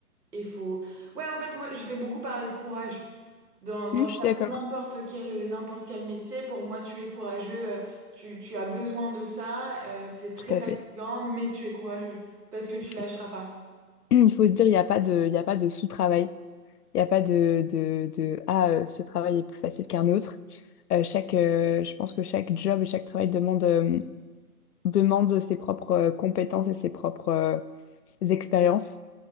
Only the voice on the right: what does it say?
et faut. Ouais, en fait, moi, je vais beaucoup parler de courage. Dans, dans
ça,
pour n'importe quel, n'importe quel métier, pour moi, tu es courageux, euh, tu, tu as besoin de ça, euh, c'est très
fatigant,
mais tu es courageux, parce que tu
lâcheras pas.